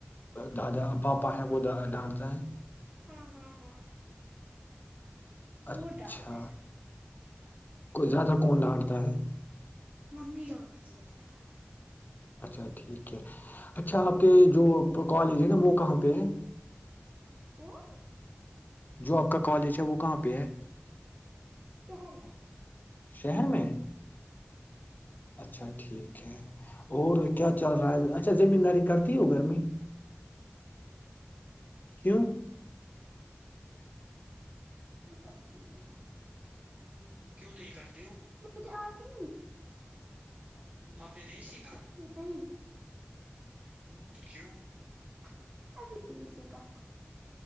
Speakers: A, on the left (about 45°); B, on the right (about 35°).
A: دادا پاپا ہیں وہ ڈھانٹتا ہے
B: ہاں ہاں ہاں
A: اچھا
B: بہت ڈانٹتا ہے
A: کوئی زیادہ کون ڈھاٹتا ہے
B: ممی ڈونٹتی ہے زیادہ
A: اچھا ٹھیک ہے اچھا آپ کے جو کالج ہے نا وہ کہاں پہ ہے
B: کون
A: جو آپ کا کالج ہے وہ کہاں پہ ہے
B: شہر میں
A: شہر میں اچھا ٹھیک ہے اور کیا چل رہا ہے اچھا زمین داری کرتی ہو گھر میں کیوں
B: یہ کرتی ہوں میں کیوں نہیں کرتے ہو آپ <inaudible> اپنے نہیں سیکھا نہیں <unintelligible> کیوں <unintelligible> اب سے سے کت <unintelligible>